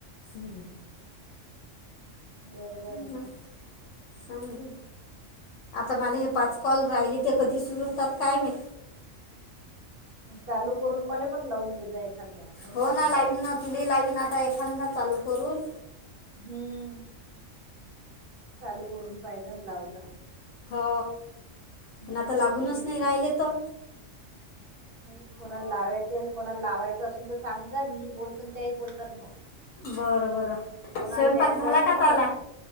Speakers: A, on the left; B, on the right.
A: हम्म
B: बरोबर आहे ना.
A: ह सांगी आता माझे हे पाच कॉल राहिले ते कधी सुरू होतात काय म
B: ह चालू करून मला पण लावून दचा एखादा मला
A: हो
B: सांग
A: ना
B: जा
A: लावीन ना तुले लावीन आता एखादा चालू करून
B: हम्म चालू करून पाहिज लाव जा
A: हो
B: हम्म
A: पण आता लागूनच
B: आणखीन
A: नाही
B: को
A: राहिले तर
B: नाही कोणाला लावायचे कोणाला लावायचं असेल तर सांग जा मी बोलतो त्याही बोलतात मग
A: बरं बरं
B: कोणाला
A: स्वयंपाक
B: द्यायचा
A: झाला
B: असेल
A: का
B: तर
A: त्याला
B: न